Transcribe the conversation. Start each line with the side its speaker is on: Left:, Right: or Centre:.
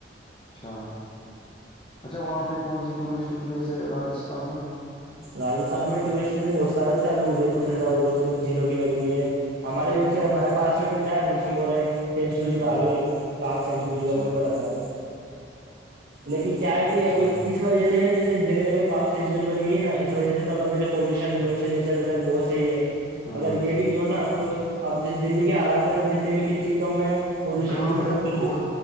Left: اچھا اچھا وہاں پہ کون سی ٹورسٹ پلیس ہے راجستھان میں
Right: رجستھان میں ٹورسٹ پلیس بہت سارےسے ابھی ادے پور چلجاؤ ادے پور میں جھیلوں کی نگری ہے ہمارے
Left: اچھا
Right: جیسے ہمارے پس میں تو کیا ہے رمشن بول رہے ہیں سینچی
Left: اچھا
Right: بھاگ ہے باگ سینچی
Left: اچھا
Right: کا وہ بڑا س ہے لیکن کیا ہے کہ
Left: اچھا
Right: ابھی اس وجہ سے ہی نا جس جگہ جگہ باگ سینچوری بنی ہوئی ہے نا اس وجہ سے تو اپ کا جو پولشنشنیر ویچر بہتحیح ہے
Left: ہاں
Right: اگر یہ بھی نہیں ہوناا تو اب جس دلی کے حالات ہیں نا دلی میں کتنی کم ہے پولوشن
Left: گاؤں
Right: کی مطلب
Left: میں بہت